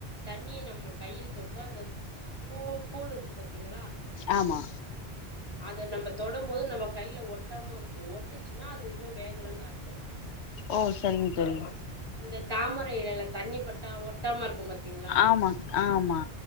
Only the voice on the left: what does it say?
ஆமா
ஓ சரிங்க சொல்ங்க
ஆமா ஆமா